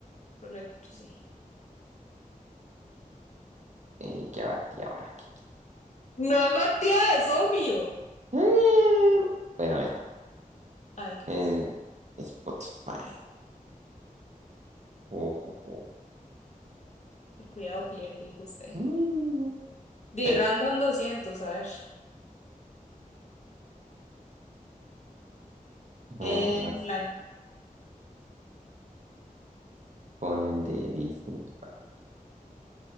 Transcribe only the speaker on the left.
Correcto, sí.
No es Matías, es obvio.
Ay, qué
pues,
el cuidado pierde, dijo usted.
De
Random doscientos a ver.
En
blanco,